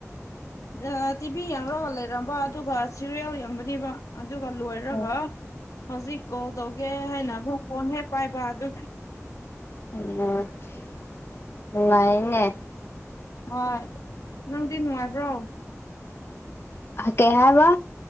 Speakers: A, on the left; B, on the left.
A: ꯑꯥ ꯇꯤꯚꯤ ꯌꯦꯡꯂꯡꯒ ꯂꯩꯔꯝꯕ ꯑꯗꯨꯒ ꯁꯤꯔꯤꯌꯦꯜ ꯌꯦꯡꯕꯅꯦꯕ ꯑꯗꯨꯒ ꯂꯣꯏꯔꯒ
B: ꯎꯝ
A: ꯍꯧꯖꯤꯛ ꯀꯣꯜ ꯇꯧꯒꯦ ꯍꯥꯏꯅ ꯑꯃꯨꯛ ꯐꯣꯟ ꯍꯦꯛ ꯄꯥꯏꯕ ꯑꯗꯨ
B: ꯅꯨꯡꯉꯥꯏꯌꯦꯅꯦ
A: ꯍꯣꯏ ꯅꯪꯗꯤ ꯅꯨꯡꯉꯥꯏꯕ꯭ꯔꯣ
B: ꯀꯩ ꯍꯥꯏꯕ